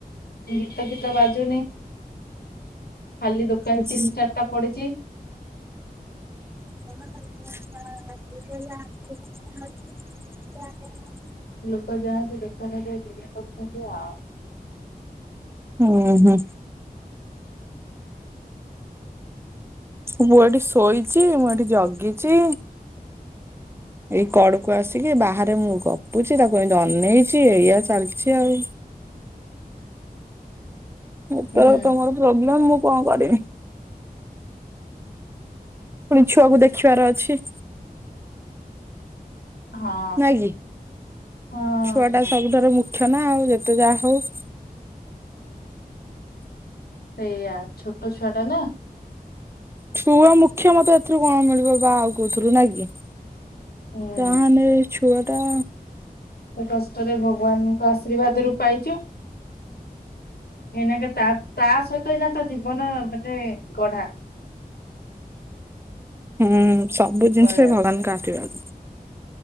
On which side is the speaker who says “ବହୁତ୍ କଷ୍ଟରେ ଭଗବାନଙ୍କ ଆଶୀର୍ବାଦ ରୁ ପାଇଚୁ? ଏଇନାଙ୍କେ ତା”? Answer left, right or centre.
Left